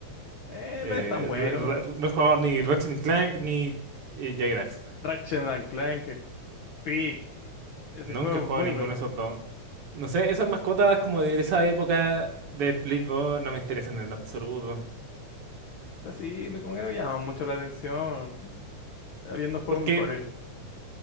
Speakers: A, on the left; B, on the right.
A: Eh,
B: eh,
A: no es tan bueno.
B: re- re- no he jugado ni Ratchet and Clank ni eh, Jagged Daxter.
A: Ratchet and Clank, Peak. Ese
B: Nunca
A: juego
B: he jugado
A: es muy
B: ninguno
A: bueno.
B: de esos
A: Ryan.
B: dos. No sé, esas mascotas como de esa época de Play 2 no me interesan en lo absoluto.
A: O sea, sí, no- como que no llama mucho la atención. Habiendo juegos
B: Porque
A: mejores.